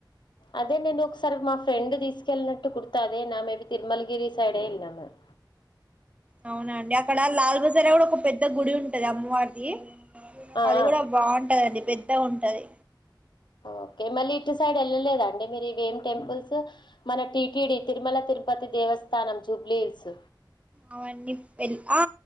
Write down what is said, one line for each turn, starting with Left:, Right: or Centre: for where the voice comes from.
Left: అదే నేను ఒకసారి మా ఫ్రెండ్ తీసు కెళ్ నట్టు గుర్తు అదేనా నా మేబి తిరుమలగిరి సైడే వెళ్ళినాము మేమ్
Right: అవునండి అక్కడ లాల్ బజారా కూడా ఒక పెద్ద గుడి ఉంట్ ఇది అమ్మార్ ది
Left: ఆ
Right: అది
Left: ఆ.
Right: గూడా బాగుంటదండి బెదు అంతే ఉంటది
Left: ఓకే మళ్ళీ ఇటు సైడ్ వెళ్ళలేదా అండి మీరు ఇవి ఏం టెంపుల్స్ మన TTD Tirumala Tirupati Devasthanam Jubilee hills
Right: అవన్నీ వెల్ ఆ